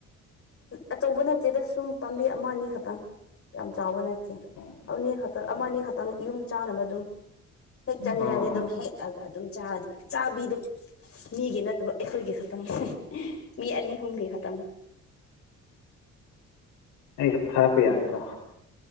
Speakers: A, on the left; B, on the left.
A: ꯑꯆꯧꯕ ꯅꯠꯇꯦꯗ ꯁꯨꯝ ꯄꯥꯝꯕꯤ ꯑꯃ ꯑꯅꯤ ꯈꯇꯪ ꯌꯥꯝ ꯆꯥꯎꯕ ꯅꯠꯇꯦ
B: ꯑꯣ
A: ꯑꯅꯤ ꯈꯛꯇꯪ
B: ꯑꯣ
A: ꯑꯃ ꯑꯅꯤ ꯈꯛꯇꯪ ꯏꯌꯨꯝ ꯆꯥꯅꯕ ꯑꯗꯨꯝ ꯍꯦꯛ ꯆꯥꯅꯤꯡꯉꯗꯤ
B: ꯑꯣ
A: ꯑꯗꯨꯝ ꯍꯦꯛꯑꯒ ꯑꯗꯨꯝ ꯆꯥ ꯆꯥꯕꯤꯗꯣ ꯃꯤꯒꯤ ꯅꯠꯇꯕ ꯑꯩꯈꯣꯏꯒꯤ
B: ꯎꯝ
A: ꯈꯛ ꯃꯤ ꯑꯅꯤ ꯑꯍꯨꯝꯒꯤ ꯈꯇꯪ
B: ꯑꯩ <unintelligible> ꯊꯥꯔꯛꯄ ꯌꯥꯒꯗ꯭ꯔꯣ